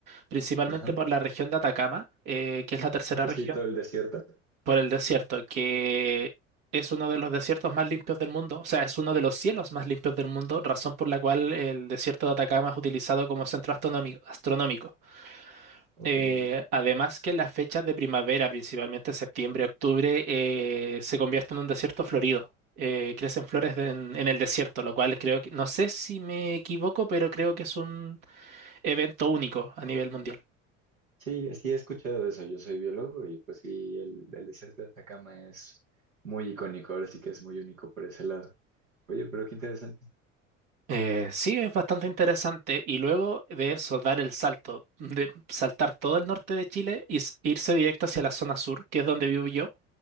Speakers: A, on the right (about 55°); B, on the right (about 85°).
A: principalmente
B: Ajá.
A: por la región de Atacama, eh, que es la tercera
B: O que
A: región,
B: sí, todo el desierto.
A: por el desierto, que es uno de los desiertos más limpios del mundo, o sea, es uno de los cielos más limpios del mundo, razón por la cual el desierto de Atacama es utilizado como centro astronómico. astronómico.
B: Ok.
A: Eh, además que las fechas de primavera, principalmente septiembre, octubre, eh, se convierten en un desierto florido. Eh, crecen flores de- en, en el desierto, lo cual creo que, no sé si me equivoco, pero creo que es un evento único a nivel mundial.
B: Sí, sí he escuchado de eso. Yo soy biólogo y pues sí, el, el desierto de Atacama es muy icónico, ahora sí que es muy único por ese lado. Oye, pero qué interesante.
A: Eh, sí, es bastante interesante. Y luego de eso, dar el salto, de saltar todo el norte de Chile y s- irse directo hacia la zona sur, que es donde vivo yo,